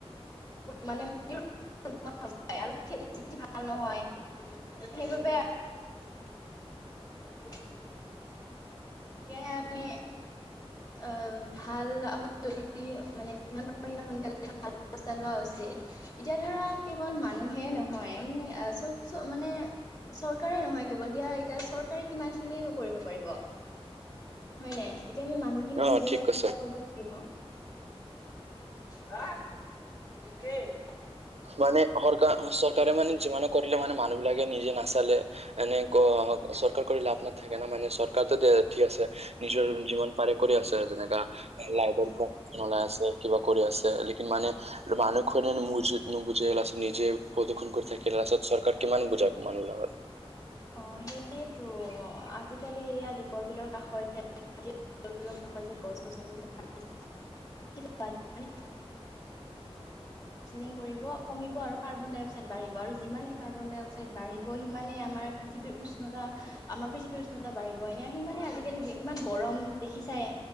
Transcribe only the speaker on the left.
মানে <inaudible> <unintelligible> হৈ যায় আৰু খেতি-চেতি ভাল নহয়। সেইবাবে <unintelligible> এতিয়া আমি অ' ভাল <unintelligible> মানে যিমান পাৰি সিমান সোনকালে <unintelligible> ব্যৱস্থা লোৱা উচিত। যে, এতিয়া ধৰা কেৱল মানুহে নহয়। উম- অ'- চব- চব মানে- চৰকাৰ ৰে নহয় কেৱল, দিয়া এতিয়া চৰকাৰে কিমানখিনিয়েনো নকৰিব পাৰিব? হয় নে? এতিয়া আমি মানুহখিনিও
নিজে
<inaudible> ব লাগিব। <unintelligible>
অ' সেয়েটো আ আজিকালি এইয়া দীপৰ বিলৰ কাষৰে <unintelligible> দীপৰ বিলৰ কাষৰ যে গছ গছনিবোৰ কাটি <unintelligible> অক্সিজেন কৰিব- কমিব আৰু, কাৰ্বন-ডাই-অক্সাইড বাঢ়িব। আৰু যিমানেই কাৰ্বন-ডাই-অক্সাইড বাঢ়িব, সিমানেই আমাৰ পৃথিৱীৰ উষ্ণতা- আমাৰ পৃথিৱীৰ উষ্ণতা বাঢ়িব। এনে সি মানে আজিকালি যি- কিমান গৰম, দেখিছায়ে।